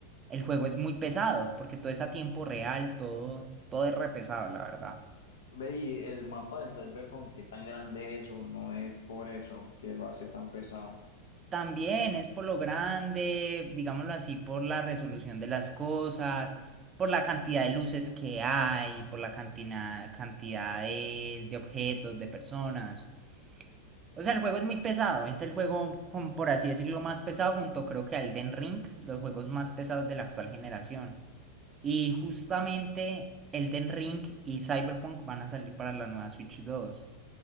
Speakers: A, on the right; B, on the left.
A: el juego es muy pesado, porque todo es a tiempo real, todo, todo es re pesado, la verdad.
B: Ve, y el mapa del Cyberpunk, qué tan grande es o no es por eso que lo hace tan pesado.
A: También es por lo grande, digámoslo así, por la resolución de las cosas, por la cantidad de luces que hay, por la cantina- cantidad de, de objetos, de personas. O sea, el juego es muy pesado, es el juego, con- por así decirlo, más pesado junto creo que a Elden Ring, los juegos más pesados de la actual generación. Y justamente Elden Ring y Cyberpunk van a salir para la nueva Switch 2.